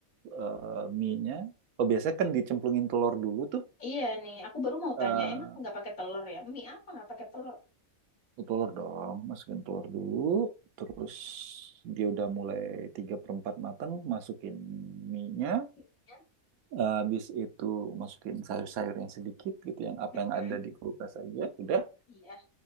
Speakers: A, on the right; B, on the left.
A: eh, mie-nya. Oh biasanya kan dicemplungin telur dulu tuh.
B: Iya nih, aku baru mau
A: eh,
B: tanya, emang nggak pakai telur ya? Mie apa nggak pakai telur?
A: telur dong, masukin telur dulu, terus dia udah mulai 3 per 4 matang, masukin mie-nya,
B: Mie-nya,
A: Eh, habis itu masukin sayur-sayurnya sedikit gitu, yang apa
B: mm-mm.
A: yang ada di kulkas aja, udah.
B: Iya,